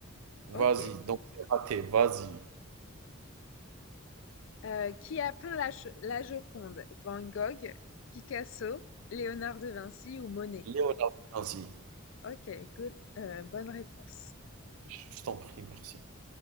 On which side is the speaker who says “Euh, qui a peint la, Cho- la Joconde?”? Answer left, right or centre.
Left